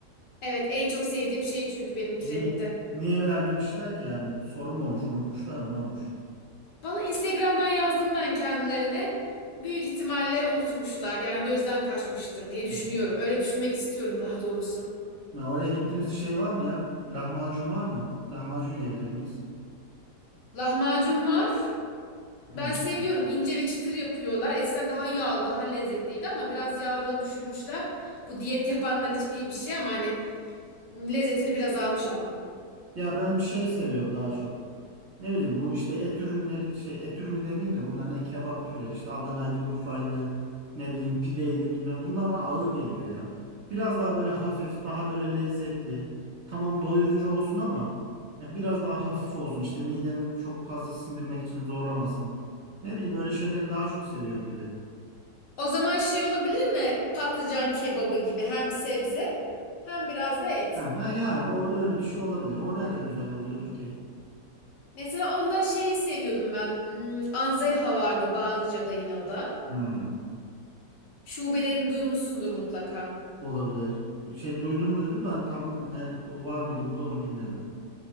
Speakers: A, on the left (about 75°); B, on the right (about 55°).
A: Evet en çok sevdiğim şey çünkü benim kiremitten.
B: Niye? Niye vermemişler ki yani? Sorun mu olmuş? Unutmuşlar mı? Ne olmuş?
A: Valla Instagram'dan yazdım ben kendilerine. Büyük ihtimalle unutmuşlar. Yani gözden kaçmıştır diye
B: Hı.
A: düşünüyorum. Öyle düşünmek istiyorum daha doğrusu.
B: Ya oraya gittiğimizde şey var mı ya? Lahmacun var mı? Lahmacun yiyebilir miyiz?
A: Lahmacun var.
B: Hı.
A: Ben seviyorum. İnce ve çıtır yapıyorlar. Eskiden daha yağlı, daha lezzetliydi ama biraz yağ oranı düşürmüşler. Bu diyet yapanlar için iyi bir şey ama hani lezzetini biraz almış ama.
B: Ya ben şey seviyorum daha çok. Ne bileyim bu işte et ürünleri şey et ürünü demeyeyim de bunlar ne kebap türleri işte Adana'ydı, Urfa'ydı, ne bileyim pideydi bilmem. Bunlar bana ağır geliyor ya. Biraz daha böyle hafif, daha böyle lezzetli. Tamam doyurucu olsun ama ya biraz daha hafif olsun. işte midemi çok fazla sindirmek için zorlamasın. Ne bileyim öyle şeyleri daha çok seviyorum gibi.
A: O zaman şey olabilir mi? Patlıcan kebabı gibi hem sebze hem biraz da et.
B: Ha, ha yani o öyle bir şey olabilir. O nerede güzel oluyordur ki?
A: Mesela onda şeyi seviyordum ben. Hmm, Anzelha vardı Bağlıca'da yine o da.
B: Hmm.
A: Şubelerini duymuşsundur mutlaka.
B: Olabilir. Şey duydum duydum da hani tam ne, o var mıydı burada onu bilmiyordum.